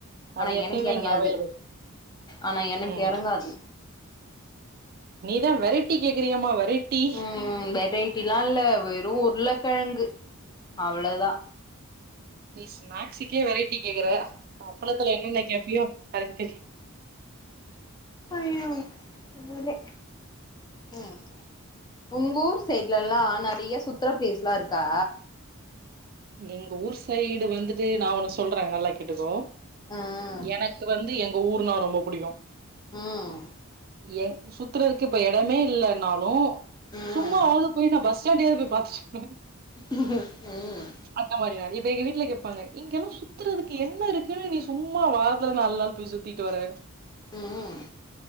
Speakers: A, on the right; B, on the left.
A: அது
B: ஆனா
A: எப்பயுமே
B: எனக்கு எறங்காது
A: இங்க அவைலபிள்
B: ஆனா எனக்கு
A: ம்
B: எறங்காது
A: நீதா வெரேட்டி கேக்கிறியேமா வெரேட்டி
B: ம் வெரைட்டில்லா இல்ல வெறு உருளைக்கெழங்கு அவ்வளோதா
A: நீ ஸ்நாக்ஸுக்கே வெரைட்டி கேக்குற அப்பளத்துல என்னன்ன கேப்பியோ கரக்கு தெரிய
B: அய்யோ உண்மைலே அ ம் உங்க ஊர் சைடுலல்லா நெறைய சுத்தர ப்ளேஸ்லா இருக்கா
A: எங்க ஊர் சைடு வந்துட்டு நா ஒண்ணு சொல்றே நல்லா கேட்டுக்கோ
B: ம்
A: எனக்கு வந்து எங்க ஊருனா ரொம்ப புடிக்கு
B: ம்
A: என் சுத்துரதுக்கு இப்ப எடமே இல்லனாலு
B: ம்
A: சும்மாவாது போய் நா பஸ் ண்டாடியாவது போய் பாத்துட்
B: ம்
A: அந்த மாதிரிதா இப்ப எங்க வீட்ல கேப்பாங்க இங்கெல்லா சுத்துறதுக்கு என்ன இருக்குன்னு நீ சும்மா வாரத்துல நாலு நாள் போய் சுத் சுத்திட்டு வர
B: ம்